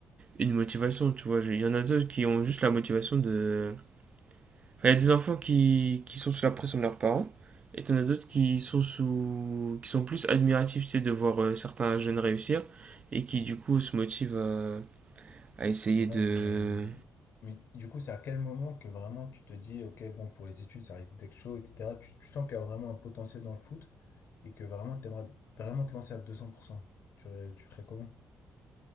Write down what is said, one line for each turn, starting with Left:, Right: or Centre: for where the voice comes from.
Right: une motivation, tu vois. Il y en a d'autres qui ont juste la motivation de Il y a des enfants qui, qui sont sous la pression de leurs parents, et t'en as d'autres qui sont sous, qui sont plus admiratifs, tu sais, de voir euh, certains jeunes réussir, et qui du coup se motivent à, à essayer
Left: Ouais,
Right: de.
Left: mais, hum, mais du coup, c'est à quel moment que vraiment tu te dis, ok, bon, pour les études, ça risque d'être chaud, etc. Tu, tu sens qu'il y a vraiment un potentiel dans le foot et que vraiment, tu aimerais vraiment te lancer à 200%. Tu, tu ferais comment?